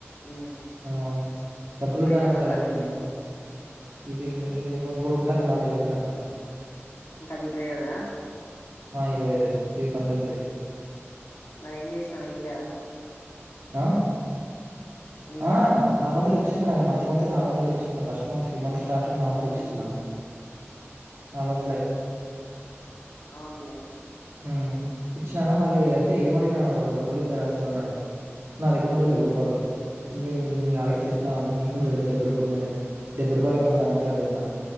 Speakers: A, on the left (about 60°); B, on the right (about 80°).
A: మ్మ్
B: ఆహ్ డబ్బులు
A: ఇప్పుడు
B: ఉందా
A: ఇది
B: అని
A: ఎన్నో
B: అడుతాలంట
A: కాల్ ఇది
B: నన్ను ఇది ఇంగ్ ఇది ఇంగొ ఇంకోటి ఉంటది కాలేజ్ ఐపోయినాక
A: ఇంకా అది ఇరవైయోదా
B: ఆ ఇరవైదె ఐదు పంతొమ్మిది
A: మరెం చేశినావ్ ఇయ్యలేదా
B: అహ్
A: ఇయ్యలేదా
B: ఆహ్
A: డబ్బులు
B: నాలుగొందలు ఇచ్చేశినా నాదీ మన్ ప్రతి మంత్ నాలుగొందలు ఇచ్చేశిన ఫస్ట్ మంత్ ఈ మంత్ స్టార్టింగ్ నాలుగొందలు
A: మ్మ్
B: ఇచ్చేశిన నాలుగుగొందలే
A: ఆవున్లే
B: మ్ ఇచ్చినానా మళ్ళీ అంటే ఏమడిగినాడు డబ్బులందా రాసుదా అన్నడు నా దెగ్గరుంటయ్
A: మ్మ్
B: డెబ్భై రుపాయిలు ఇంకేమి నీకి నేను ఆల్రెడీ చెప్పినా నీకు గూడ తెలుసు డెబ్భై రూపాయలు ఉందని డెబ్భై రూపాయలన్నర నాదంట్ల అని జేప్పిన